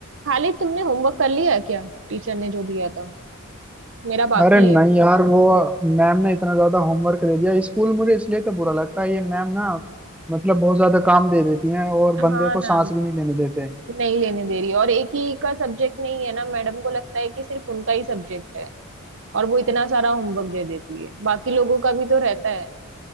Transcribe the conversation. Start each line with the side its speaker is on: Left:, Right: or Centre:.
Right: खाली तुमने होमवर्क कर लिया है क्या टीचर ने जो दिया था मेरा बाकी
Centre: अरे नहीं
Right: है
Centre: यार वो मैम ने इतना ज्यादा होमवर्क दे दिया स्कूल मुझे इसलिए तो बुरा लगता है ये मैम ना मतलब बहुत ज्यादा काम दे देती हैं और
Right: हाँ
Centre: बंदे को
Right: ना
Centre: सांस भी नहीं लेने देते
Right: नहीं लेने दे रही और एक ही का सब्जेक्ट नहीं है ना मैडम को लगता है कि सिर्फ उनका ही सब्जेक्ट है और वो इतना सारा होमवर्क दे देती है बाकी लोगों का भी तो रहता है